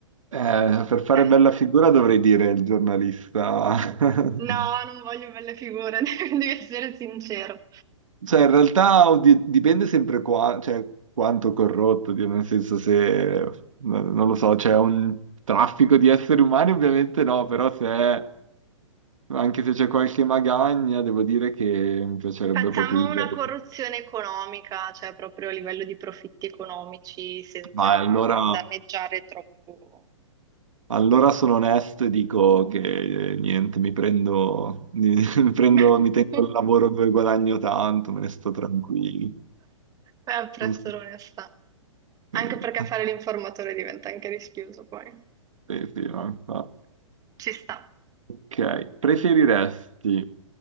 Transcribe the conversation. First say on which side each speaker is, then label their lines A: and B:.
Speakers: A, on the right (about 80°); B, on the right (about 20°).
A: eh, per fare
B: Eh,
A: bella figura dovrei dire il giornalista. <laughs>
B: No, non voglio belle figure, <laughs> devi essere sincero.
A: Cioè, in realtà oddio, dipende sempre qua, cioè, quanto corrotto, oddio, nel senso se, no- non lo so, c'è un traffico di esseri umani, ovviamente no, però se è- anche se c'è qualche magagna, devo dire che mi piacerebbe
B: Facciamo
A: proprio evitare.
B: una corruzione economica, cioè proprio a livello di profitti economici, senza
A: Vai, allora,
B: danneggiare troppo.
A: allora sono onesto e dico che eh, niente, mi prendo, <laughs> mi, prendo,
B: <laughs>
A: mi tengo il lavoro dove guadagno tanto, me ne sto tranquillo.
B: Beh, apprezzo
A: Non so-
B: l'onestà. Anche
A: eh,
B: perché fare l'informatore diventa anche rischioso poi.
A: Sì, sì, no, infatti.
B: Ci sta.
A: Ok, preferiresti